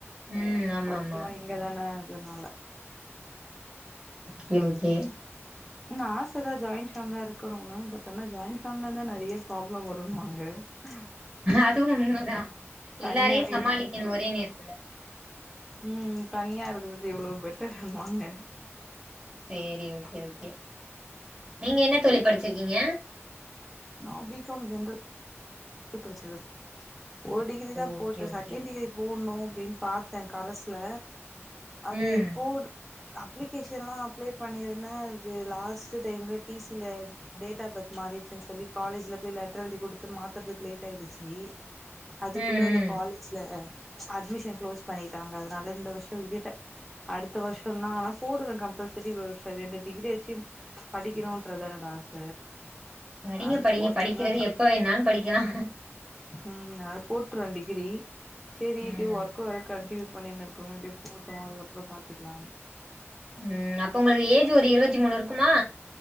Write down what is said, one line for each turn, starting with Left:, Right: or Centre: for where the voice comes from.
Right: ம் ஆமா
Centre: ஒர்க்லா
Right: ஆமா
Centre: இங்கதான அதனால
Right: ஓகே ஓகே
Centre: என்ன ஆசதா ஜாயின் ஃபேமிலியா இருக்கணுனு பட் ஆனா ஜாயின் ஃபேமிலில இருந்தா நறைய ப்ராப்ளம் வருணுவாங்க ஆ
Right: அது உண்மதா
Centre: தனியாவே
Right: எல்லாரையு சமாளிக்கணு ஒரே நேரத்துல
Centre: ம் தனியா இருக்கறது எவ்ளவோ பெட்டர்னுவாங்க
Right: சேரி ஓகே ஓகே நீங்க என்ன தோழி படிச்சிருக்கீங்க
Centre: நா பி காம் ஜென்ரல் படிச்சது ஒரு டிகிரிதா
Right: ஓகே
Centre: போட்டே
Right: ஓகே
Centre: செகண்ட் டிகிரி போட்ணு அப்டின் பாத்த கரஸ்ல அது
Right: ம்
Centre: போடு அப்ளிகேஷன்லா அப்ளை பண்ணிருந்தே அது லாஸ்ட்டு டைம்ல டி சி யில டேட் ஆப் பர்த் மாறிடுச்சுன் சொல்லி காலேஜ்ல பேய் லெட்டர் எழுதி குடுத்து மாத் தற்துக்கு லேட் ஆய்டுச்சு அதுக்குள்ள
Right: ம்
Centre: அந்த
Right: ம்
Centre: காலேஜ்ல அட்மிஷன் குளோஸ் பண்ணிட்டாங்க அதனால இந்த வர்ஷோ விட்டுட்ட அடுத்த வர்ஷோதா ஆனா போடுவே கம்பல்செரி ரெண்டு டிகிரியாச்சு படிக்கணுன்றத்தா என்னோட ஆச
Right: படிங்க
Centre: அது
Right: படிங்க
Centre: போட்ருவே
Right: படிக்கிறது
Centre: ஆனா
Right: எப்ப வேணாலு படிக்கலா
Centre: ம் அதா போட்ருவே டிகிரி சேரி
Right: ம்
Centre: இப்டியே ஒர்க் ஒர்க்கு வேற கண்டியூ பண்ணினு இருக்கமே அப்டியே போட்டு அதுக்கப்புறோ பாத்துக்கலான்ட்டு
Right: ம் அப்ப உங்களுக்கு ஏஜ் ஒரு இருவத்தி மூணு இருக்குமா